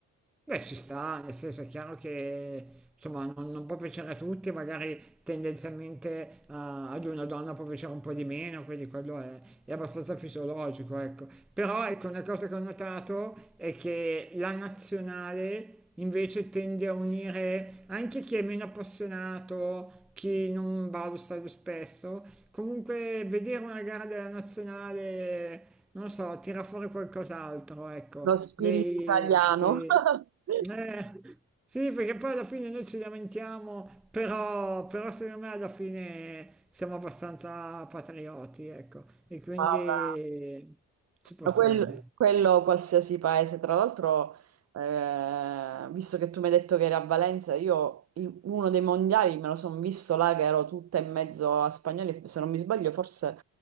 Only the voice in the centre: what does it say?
Beh, ci sta, nel senso è chiaro che insomma non, non può piacere a tutti, magari tendenzialmente a- ad una donna può piacere un po' di meno, quindi quello è, è abbastanza fisiologico, ecco. Però ecco, una cosa che ho notato è che la nazionale invece tende a unire anche chi è meno appassionato, chi non va allo stadio spesso, Comunque vedere una gara della nazionale, non lo so, tira fuori qualcos'altro, ecco,
dei...
Sì.
Eh, sì, perché poi alla fine noi ci lamentiamo, però, però secondo me alla fine siamo abbastanza patrioti, ecco, e quindi
ci può
stare.